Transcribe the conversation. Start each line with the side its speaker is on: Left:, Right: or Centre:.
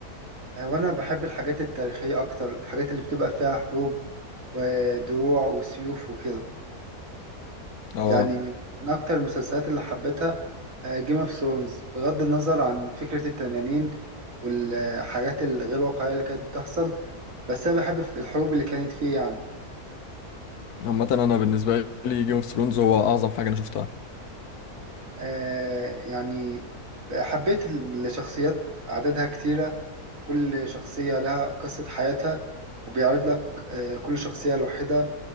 Right: آه، وانا بحب الحاجات التاريخية اكتر الحاجات اللي بتبقى فيها حروب ودروع وسيوف وكده
Left: اه
Right: يعني من من اكتر المسلسلات اللي حبيتها جيم اوف ثرونز بغض النظر عن فكرة التنانين والحاجات الغير واقعية اللي كانت بتحصل بس انا بحب في الحروب اللي كانت فيه يعني
Left: عامه انا بالنسبه لي جيم اوف ثرونز هو اعظم حاجه انا شفتها
Right: آه يعني حبيت الشخصيات عددها كتيرة كل شخصية لها قصة حياتها وبيعرض لك آه كل شخصية لوحدها